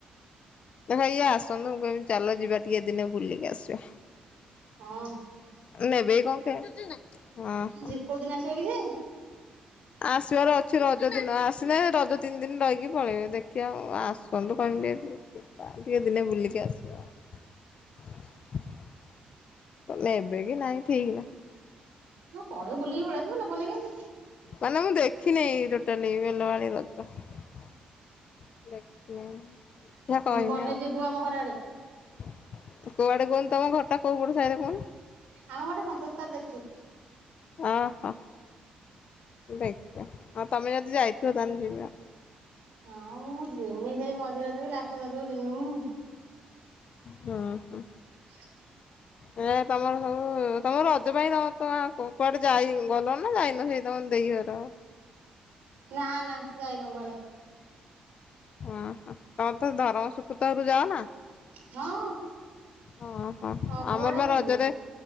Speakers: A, on the left; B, on the right.
A: ଦେଖ ଇଏ ଆସନ୍ତୁ ମୁଁ କହିବି ଚାଲ ଯିବା ଟିକେ ଦିନେ ବୁଲିକି ଆସିବା।
B: ହଁ।
A: ନେବେ କି କଣ କେଜାଣି? ହଁ ହଁ।
B: ଜି କୋଉ ଦିନ ଆସିବ କି ସେଏ?
A: ଆସିବାର ଅଛି ରଜ ଦିନ ଆସନେ ରଜ ତିନି ଦିନି ରହିକି ପଳେଇବେ ଦେଖିବା ଆଉ ଆସନ୍ତୁ କମିତି
B: <inaudible>
A: ଟିକେ ଦିନେ ବୁଲିକି ଆସିବା ଆଉ। ନେବେ କି ନାଇଁ ଠିକି ନାଇଁ।
B: କହିବ ବୁଲିକି ପଳେଇ ଆସିବନି ନବନି କାହିଁକି?
A: ମାନେ ମୁଁ ଦେଖିନି ଟୋଟାଲି ବେଲ ବାଳି ରଜ। ଦେଖନି ଦେଖିଆ କହିବି
B: ଗଲେ
A: ଆଉ।
B: ଯିବୁ ଆମ ଘର ଆଡେ
A: <unintelligible> କୁଆଡେ କହନ୍ତୁ ତମ ଘରଟା କୋଉ ପଟ ସାଇରେ କହୁନୁ?
B: ଆମ ଘରଟା ସନ୍ତୋଷ ସାର ଦେଖିଚି।
A: ଆ ହ ଦେଖିବା ହଁ ତମେ ଯଦି ଯାଇଥିବ ତାହେଲେ ଯିବି ଆଉ।
B: ହଁ ମୁଁ ଜିମି ଯେ ମଝି ରଜ କି ଲାଷ୍ଟ ରଜ ଜିମି ମୁଁ।
A: ହୁଁ ହୁଁ।
B: ଆ <inaudible>
A: ଏ ତମର ହଉ ତମ ରଜ ପାଇଁ ତମେ ତ କୁଆଡେ ଯାଇ ଗଲ ନା ଯାଇନ ସେ ତମ ଦେଇ ଘର <unintelligible>
B: ନା ନା ଯାଇନୁ କୁଆଡେ।
A: ହଁ ତମେ ତ ଧରମ ଶୁକୁତ ଘରକୁ ଯାଅ ନା?
B: ହଁ।
A: ଅ ହଁ
B: ସବୁଆଡେ
A: ଆମର ବା
B: ଯିବୁ
A: ରଜରେ